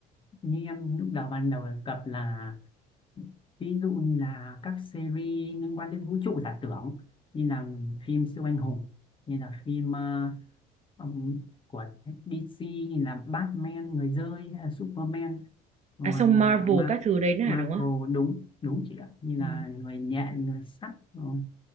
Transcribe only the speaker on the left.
như em lúc đầu ban đầu đề cập là ví dụ như là các series liên quan đến vũ trụ giả tưởng như là phim siêu anh hùng như là phim ờ, ừm, của DC như là Batman người rơi hay là Superman còn
uh,
Ma
Marvel
đúng đúng chị ạ như
là người nhện người sắt rồi